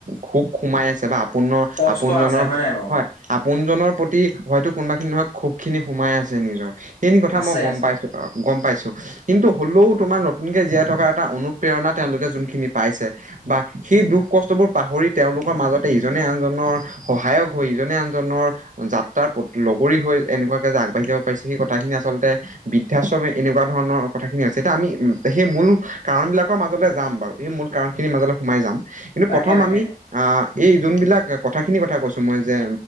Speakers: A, on the right; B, on the left.
A: খোক সোমাই আছে বা আপোনৰ
B: কষ্ট
A: আপোনজনৰ
B: আছে নাই বাৰু
A: হয় আ পোনজনৰ প্ৰতি হয়তো কোনোবাখিনি নহয় ক্ষোভ খিনি সোমাই আছে নিজৰ সেইখিনি কথা
B: আছে
A: মই গম
B: আছে
A: পাইছো গম পাইছো কিন্তু হলেও তোমাৰ নতুনকে জীয়াই থকা এটা অনুপ্ৰেৰণা তেওঁলোকে যোনখিনি পাইছে বা সেই দুখ কষ্ট বোৰ পাহৰি তেওঁলোকৰ মাজতে ইজনে আনজনৰ সহায়ক হৈ ইজনে আনজনৰ যাত্ৰাৰ প্ৰতি লগৰী হৈ এনেকুৱাকে আগবাঢ়ি যাব পাৰিছে সেই কথাখিনি আচলতে বৃদ্ধাশ্ৰমে এনেকুৱা ধৰণৰ কথা খিনি হৈছে এতিয়া আমি সেই মূল কাৰণবিলাকৰ মাজলৈ যাম বাৰু এই মূল কাৰণখিনিৰ মাজলৈ সোমাই যাম কিন্তু
B: তাকে
A: প্ৰথম
B: তাকে
A: আমি আ এই এয়া কথাখিনি কথা কৈছো মই যে